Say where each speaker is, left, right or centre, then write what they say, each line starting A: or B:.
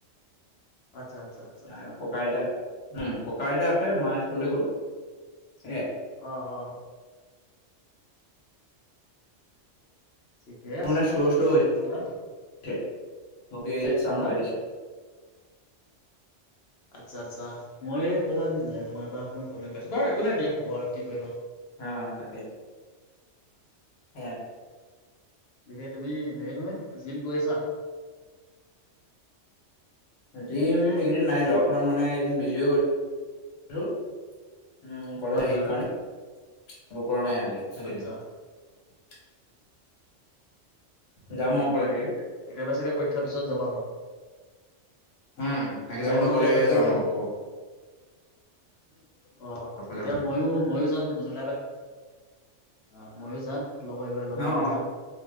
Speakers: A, on the left; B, on the left.
A: আচ্ছা আচ্ছা আচ্ছা
B: <unintelligible> ককা আইতা উম, ককা আইতা আছে, মা স্কুললৈ গ'ল। এ
A: অ, অ। ঠিকে আছে
B: <unintelligible>
A: হা হা
B: চাউন্ডটো
A: হা হা?
B: আহিছে।
A: আচ্ছা আচ্ছা, মই অকমান তোমাৰ পৰা অকমান প্ৰব্লেম পাইছো বাৰু একো নাই দিয়া হ'ব আৰু কি কৰিবা।
B: হা তাকেই। <unintelligible>
A: <unintelligible> তুমি হেৰি নহয়, জিম গৈ আছা?
B: জিম, এইকেইদিন নাই যোৱা অকমান মানে এদিন বিজি হৈ গৈ উম, <unintelligible>
A: হয়
B: সেই
A: হয়
B: কাৰণে <unintelligible> কৰা নাই আৰ
A: আচ্ছা
B: <unintelligible>
A: উম।
B: যাম অকলে
A: উম।
B: <unintelligible>
A: একেবাৰে চাগে পৰীক্ষাৰ পিছত যাবা আৰু।
B: উম, একদম
A: জুলাই মানৰ
B: হৈ গ'লে
A: পৰা ষ্টাৰ্ট কৰিবা
B: যাম
A: সিহঁতি
B: আৰু কব
A: অ, তেতিয়া
B: যাব।
A: ময়ো ময়ো যাম <unintelligible> অ, ময়ো যাম। <unintelligible> লগে
B: অ
A: ভাগে
B: অ
A: যাম,